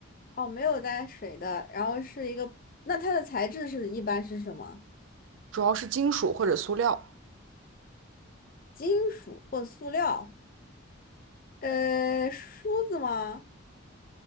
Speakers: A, on the left; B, on the right.
A: 哦，没有带水的，然后是一个，那它的材质是一般是什么？
B: 主要是金属或者塑料，
A: 金属或塑料？呃，梳子吗？